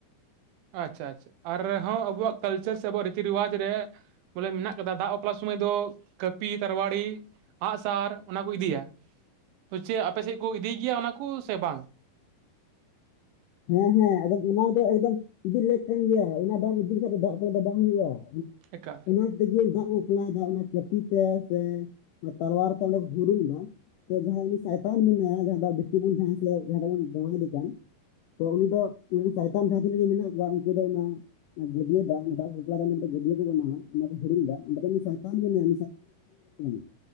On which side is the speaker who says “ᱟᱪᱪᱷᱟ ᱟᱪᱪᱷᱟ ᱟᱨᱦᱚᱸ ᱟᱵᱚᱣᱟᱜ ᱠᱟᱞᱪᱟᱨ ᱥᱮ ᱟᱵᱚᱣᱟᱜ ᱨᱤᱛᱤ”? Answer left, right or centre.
Right